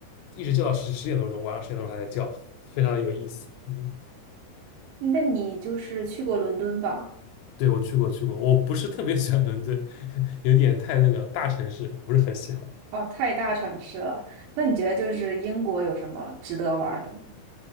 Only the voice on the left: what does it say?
一直叫到十十点多钟，晚上十点多钟还在叫，非常的有意思。嗯
对，我去过去过，我不是特别喜欢伦敦，<laughs> 有点太那个大城市，我不是很喜欢。